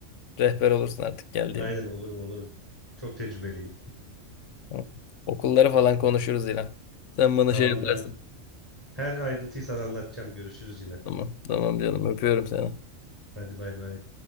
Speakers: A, on the left; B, on the right.
A: rehber olursun artık geldiğim.
B: Aynen olurum olurum. Çok tecrübeliyim.
A: Tamam. Okulları falan konuşuruz yine. Sen bana
B: Tamam
A: şey yaparsın.
B: ben her ayrıntıyı sana anlatacağım. Görüşürüz yine.
A: Tamam. Tamam canım öpüyorum seni.
B: Hadi bay bay.